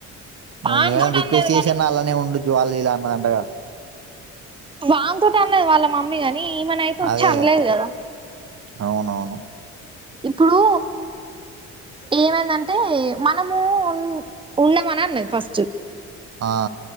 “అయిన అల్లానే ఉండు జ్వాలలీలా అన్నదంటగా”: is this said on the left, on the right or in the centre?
Right